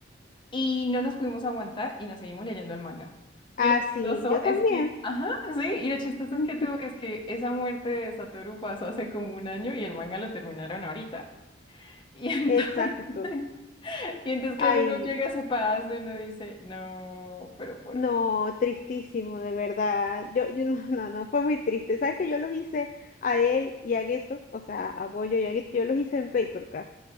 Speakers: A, on the left; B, on the left.
A: Y no nos pudimos aguantar y nos seguimos leyendo el manga.
B: Ah,
A: Y lo chistoso
B: sí, yo también.
A: es que, ajá, sí, y lo chistoso
B: <laughs>
A: es que tú ves que esa muerte de Satoru pasó hace como un año y el manga lo terminaron ahorita. Y entonces,
B: Exacto.
A: <laughs> y entonces
B: Ay,
A: claro, uno llega a esa paz y uno dice, no, pero ¿por
B: no,
A: qué?
B: tristísimo, de verdad. Yo, yo <laughs> no, no, no, fue muy triste. ¿Sabes que yo los hice a él y a Gueto? O sea, a Goyo y a Gueto, yo los hice en Papercraft.